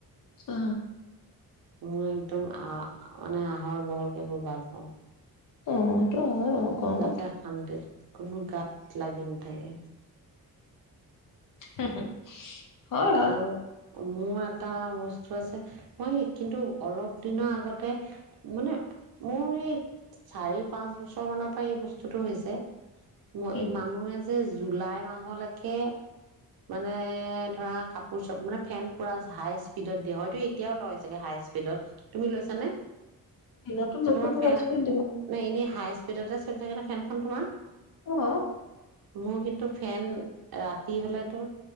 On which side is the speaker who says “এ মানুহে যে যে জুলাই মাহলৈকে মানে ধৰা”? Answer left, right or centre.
Right